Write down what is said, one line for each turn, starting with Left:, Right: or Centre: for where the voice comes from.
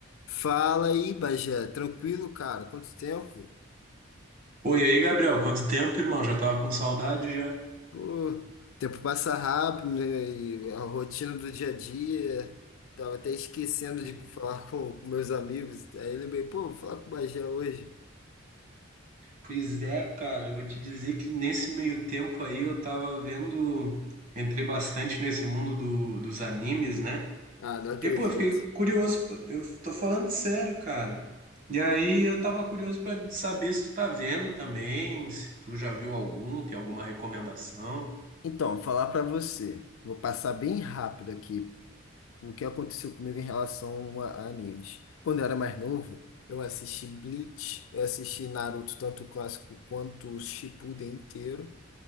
Left: Fala aí, Bagé. Tranquilo, cara? Quanto tempo?
Right: Oi, e aí, Gabriel, quanto tempo, irmão? Já tava com saudade já.
Left: Pô, o tempo passa rápido, né? E a rotina do dia a dia. Tava até esquecendo
Right: P-
Left: de falar com, com meus amigos. Aí lembrei, pô, vou falar com o Bagé hoje.
Right: Pois é, cara, eu vou te dizer que nesse meio tempo aí eu tava vendo, entrei bastante nesse mundo do, dos animes, né?
Left: Ah, não acredito.
Right: E pô, eu fiquei curioso, pô, eu tô falando sério, cara. E aí eu tava curioso pra saber se tu tá vendo também, se tu já viu algum, tem alguma recomendação.
Left: Então, vou falar pra você. Vou passar bem rápido aqui o que aconteceu comigo em relação a, a animes. Quando eu era mais novo, eu assisti Bleach, eu assisti Naruto, tanto o clássico quanto o Shippuden inteiro.